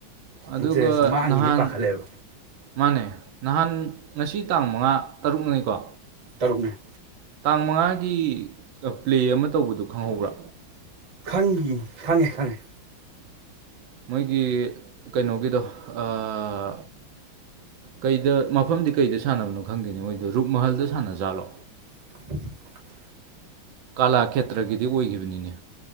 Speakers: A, on the right (about 75°); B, on the right (about 30°).
A: ꯑꯗꯨꯒ
B: ꯏꯟꯇꯔꯦꯁꯇꯣ ꯃꯥꯡꯈꯤꯅꯤ
A: ꯅꯍꯥꯟ
B: ꯄꯥꯈꯠꯂꯦꯕ
A: ꯃꯥꯅꯦ ꯅꯍꯥꯟ ꯉꯁꯤ ꯇꯥꯡ ꯃꯉꯥ ꯇꯔꯨꯛꯅꯤꯅꯤꯀꯣ
B: ꯇꯔꯨꯛꯅꯦ
A: ꯇꯥꯡ ꯃꯉꯥꯒꯤ ꯄ꯭ꯂꯦ ꯑꯃ ꯇꯧꯕꯗꯨ ꯈꯪꯍꯧꯕ꯭ꯔꯥ
B: ꯈꯪꯉꯤ ꯈꯪꯉꯦ ꯈꯪꯉꯦ
A: ꯃꯣꯏꯒꯤ ꯀꯩꯅꯣꯒꯤꯗꯣ ꯑꯥ ꯀꯩꯗ ꯃꯐꯝꯗꯤ ꯀꯩꯗ ꯁꯥꯟꯅꯕꯅꯣ ꯈꯪꯗꯦꯅꯦ ꯃꯣꯏꯗꯣ ꯔꯨꯛ ꯃꯍꯜꯗ ꯁꯥꯟꯅꯖꯥꯠꯂꯣ
B: <unintelligible>
A: ꯀꯥꯂꯥ ꯈꯦꯇ꯭ꯔꯒꯤꯗꯤ ꯑꯣꯏꯈꯤꯕꯅꯤꯅꯦ